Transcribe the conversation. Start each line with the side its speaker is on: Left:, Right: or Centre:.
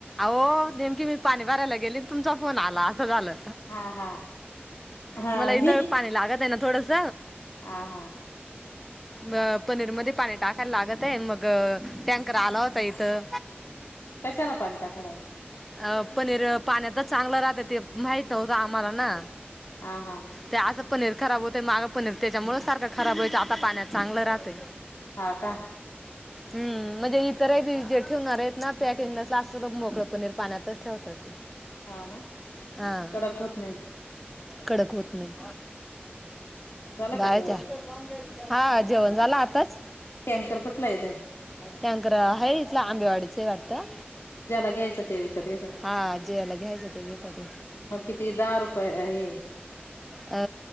Centre: हो नेमकी मी पाणी भरायला गेली तुमचा फोन आला असं झालं
Left: हा हा हा
Centre: मला इथं पाणी लागत आहे ना थोडस
Left: ह हा
Centre: ह अ पनीर मध्ये पाणी टाकायला लागत आहे मग टँकर आला होता इथं
Left: कशाला पाणी टाकायला लागं
Centre: अ पनीर पाण्यात तर चांगलं राहतं ते माहित होतं आम्हाला ना
Left: हा हा
Centre: ते असं पनीर खराब होतं मागं पनीर त्याच्यामुळे सारखं खराब होयच आता पाण्यात चांगलं राहतय
Left: हा का हा
Centre: हम्म म्हणजे ह तरी जे ठेवणार आहेत ना पॅकिंगच असं मोगळं पनीर पाण्यातच ठेवतात
Left: हा ना
Centre: हा
Left: कडक होत नाही
Centre: कडक होत नाही
Left: हा हा मग झाला
Centre: बाहेरच्या
Left: का जेवण काय
Centre: हा जेवण झालं आताच
Left: टँकर कुठला येतय
Centre: त्याकर हर इथलं आंबेवाडीचं वाटतं
Left: ज्याला घ्यायचं ते विकत येतात
Centre: हा जेवायला घ्यायचं ते घेत ते
Left: मग किती दहा रुपये आहे
Centre: अ